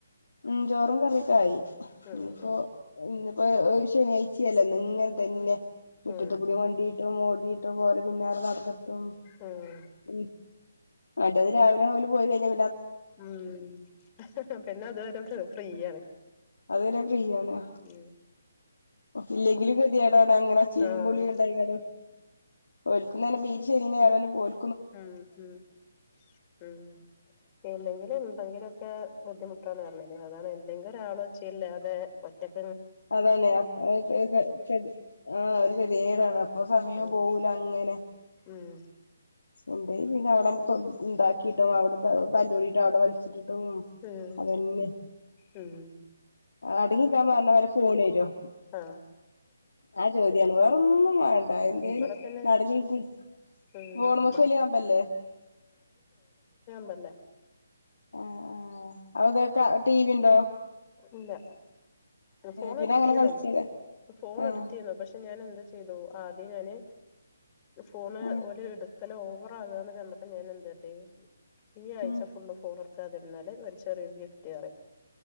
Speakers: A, on the left; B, on the left.
A: ഉം ചോറും കറിയൊക്ക ആയി
B: ഉം
A: ഇനിപ്പോ
B: ഉം
A: ഇന്ന് അപ്പ ശനിയാഴ്ചയല്ലോ നിങ്ങൾ തന്നെ വീട്ടത്ത്
B: ഉം
A: കൂടി വണ്ടിട്ട് മോ വീട്ട് പോലെ പിന്നാർ നടന്നിട്ടും
B: ഉം
A: ഉം അന്റെ അത് രാവിലെ മുതല് പോയി കഴിഞ്ഞ
B: ഉം പിന്നെ അതുവരെ ഫ്രീ ഫ്രീയാണ്
A: അതുവരെ ഫ്രീ ആണ്
B: ഉം
A: ഇല്ലങ്കിലും കെ ട്ടാ അങ്ങനെ ചീങ്ങുംബിളിയുണ്ടായിക്കാണ്ട്
B: ആഹ്
A: ബോൽക്കുന്നന്നെ ബീര് ശനിയുംഞായറു അല്ലു ബോൽ
B: ഉം ഉം ഉം ഇല്ലകിൽ എന്തങ്കിലും ഒ ക്ക ബുദ്ധിമുട്ടാണ് പറഞ്ഞില്ലേ അതാണ് ഭയങ്കരാളോഒച്ചയില്ലാതെ ഒറ്റക്
A: അതെല്ലേ അപ് <unintelligible> ആ ഒരു കതികെടാണ് അപ്പൊ സമയം
B: ഉം
A: പോവൂല അങ്ങനെ
B: ഉം
A: ഉണ്ട് പിന്നെ അവിടെ നമുക്ക് ഉണ്ടാക്കിട്ടും അവിടെ താല്ലൂടീട്ടും അവിടെ വലിച്ചിട്ടിട്ടും
B: ഉം
A: അതന്നെ.
B: ഉം
A: അടങ്ങിക്കാൻ പറഞ്ഞ പറയും ഫോണ് യോ
B: ആ
A: ആ ചോദ്യാണ് വേറൊന്നും വേണ്ട എന്തേലും
B: ഇവിടെ പിന്നെ
A: നടഞീക്ക്
B: ഉം
A: ഫോണുമ്മക്ക്
B: ഇവിടെ
A: വല്യ കമ്പയില്ലേ
B: മല്ല
A: ആ ആ ഔതോക്ക ടീവി ഇണ്ടോ?
B: ഇല്ല റിഫോൺ
A: പിന്നെ
B: എടുത്തിന്നോ
A: അങ്ങനെ കളിച്ചത്
B: ഫോൺ
A: ആഹ്
B: എടുത്തീന്നു പഷേ ഞാൻ എന്തു ചെയ്തു ആദ്യ ഞാന് ഫോണ്
A: ആഹ്
B: ഓല് എടു ഹലോ ഓവറാകാന്ന് കണ്ടപ്പോ ഞാനെന്ത് കാട്ടി ഈ ആഴ്ച
A: ഉം
B: ഫുള്ള് ഫോണ് എടുക്കാതിരുന്നാല് ഒരു ചെറിയൊരു ഗിഫ്റ്റ് പറയും